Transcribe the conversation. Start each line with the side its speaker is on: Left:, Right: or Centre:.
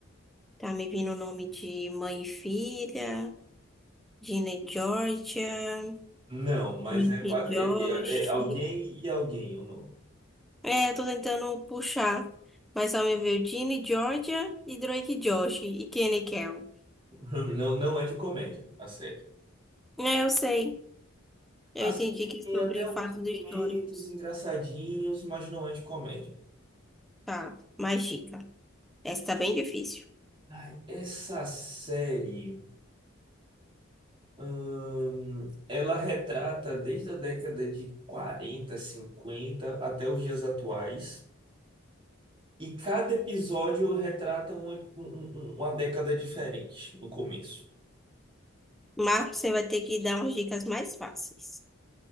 Centre: Tá me vindo o nome de mãe e filha, Gina e Georgia.
Right: Não, mas
Centre: Drake
Right: é quase
Centre: Josh.
Right: é, é- é alguém e alguém o nome.
Centre: É, tô tentando puxar. Mas só me veio Ginny, Georgia e Drake Josh e Kenny Kel.
Right: <laughs> Não, não é de comédia, a série.
Centre: É, eu sei. Eu
Right: A série
Centre: entendi que é
Right: tem
Centre: sobre
Right: até alguns
Centre: fatos históricos.
Right: momentos engraçadinhos, mas não é de comédia.
Centre: Tá, mais dica. Essa tá bem difícil.
Right: Ai, essa série, hum, ela retrata desde a década de 40, 50 até os dias atuais. E cada episódio retrata um- um- um- um, uma década diferente no começo.
Centre: Marcos, você vai ter que dar umas dicas mais fáceis.